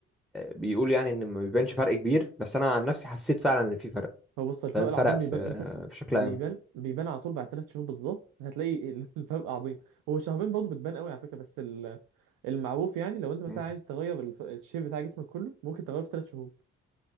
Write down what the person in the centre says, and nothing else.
بيقول يعني ان ما بيبانش فرق كبير بس انا عن نفسي حسيت فعلا ان في فرق
فاهم
فرق في
آه،
بشكل
عام
مم.